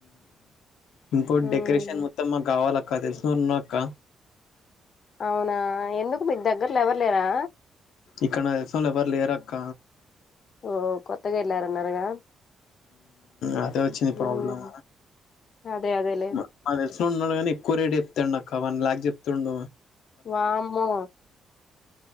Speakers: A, on the left; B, on the left.
A: ఇంకో
B: మ్మ్
A: డెకరేషన్ మొత్తం మాకు కావాలక్క తెలిసిన ఉన్నా అక్క
B: అవునా ఎందుకు మీకు దగ్గర్లో ఎవరు లేరా
A: ఇక్కడ నా తెలిసినోళ్లు ఎవ్వరు లేరుక్క
B: ఓ కొత్తగా వెళ్ళారన్నారుగా
A: అదే వచ్చింది
B: మ్మ్
A: ప్రాబ్లమ్
B: అదే అదేలే
A: మా తెలిసినోడు ఉన్నాడు కానీ ఎక్కువ రేట్ చెప్తాండు అక్క వన్ లాక్ చెప్తుండ
B: వామ్మో